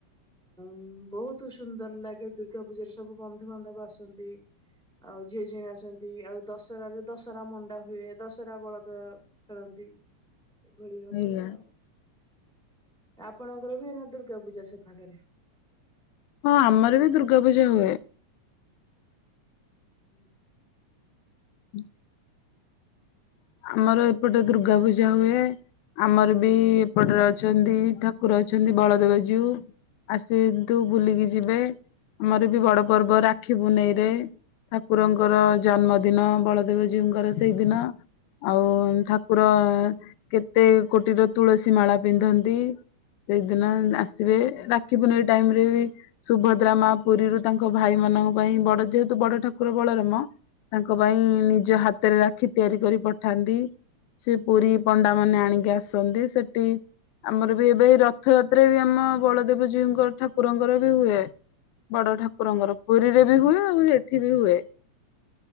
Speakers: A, in the centre; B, on the left (about 90°).
A: ହୁଁ ବହୁତ ସୁନ୍ଦର ଲାଗେ ଦୁର୍ଗା ପୂଜାରେ ସବୁ ବନ୍ଧୁବାନ୍ଧବ ଆସନ୍ତି। ଆଉ ଝିଅ ଝିଅଣ ଆସନ୍ତି। ଆଉ ଦଶହରାରୁ ଦଶହରା ମଣ୍ଡା ହୁଏ। ଦଶହରା ବଳଦ ଖେଳନ୍ତି। ହି। ଏଇଭଳି ଭାବରେ
B: ଆଜ୍ଞା
A: ଆଉ। ଆପଣଙ୍କର ହୁଏ ନା ଦୁର୍ଗା ପୂଜା ସେ- ଆଗରେ।
B: ହଁ ଆମର ବି ଦୁର୍ଗା ପୂଜା ହୁଏ।
A: ହୁଁ ହୁଁ।
B: <unintelligible> ଆମର ଏପଟେ ଦୁର୍ଗା ପୂଜା ହୁଏ। ଆମର ବି ଏପଟରେ ଅଛନ୍ତି ଠାକୁର ଅଛନ୍ତି ବଳଦେବ ଜୀଉ। ଆସନ୍ତୁ ବୁଲିକି ଯିବେ। ଆମର ବି ବଡ ପର୍ବ ରାକ୍ଷୀ ପୁନେଇରେ। ଠାକୁରଙ୍କର ଜନ୍ମଦିନ ବଳଦେବ ଜୀଉଙ୍କର ସେଇଦିନ। ଆଉ ଠାକୁର କେତେ କୋଟିର ତୁଳସୀ ମାଳା ପିନ୍ଧନ୍ତି। ସେଇଦିନ ଆସିବେ ରାକ୍ଷି ପୁନେଇଁ ଟାଇମ ରେ ବି ସୁଭଦ୍ରା ମା ପୁରୀରୁ ତାଙ୍କ ଭାଇ ମା- ମାନଙ୍କ ପାଇଁ ବଡ ଯେହେତୁ ବଡ ଠାକୁର ବଳରାମ ତାଙ୍କ ପାଇଁ ନିଜ ହାତରେ ରାକ୍ଷୀ ତିଆରି କରି- ପଠାନ୍ତି। ସେ ପୁରୀ ପଣ୍ଡା ମାନେ ଆଣିକି ଆସନ୍ତି। ସେଠି- ଆମର ବି ଏବେ ରଥଯାତ୍ରା ବି ଆମ ବଳଦେବଜୀଉଙ୍କର ଠାକୁରଙ୍କର ବି ହୁଏ। ବଡ ଠାକୁରଙ୍କର ପୁରୀରେ ବି ହୁଏ ଆଉ ଏଠି ବି ହୁଏ।